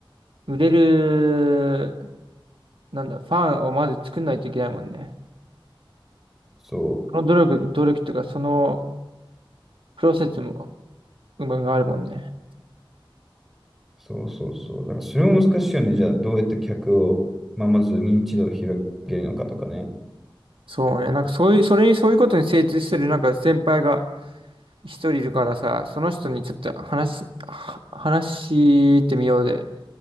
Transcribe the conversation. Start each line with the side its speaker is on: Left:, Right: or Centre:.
Right: 売れる、なんだ、ファンをまず作んないといけないもんね。
Centre: そう。
Right: その努力、努力とか、そのプロセスも、うまがあるもんね。
Centre: そうそうそう。だからそれも難しいよね。じゃあ、どうやって客を、まあ、まず認知度を広げるのかとかね。
Right: そうね。なんかそういう、それに、そういうことに精通してる、なんか先輩が一人いるからさ、その人にちょっと話し、は話してみようで。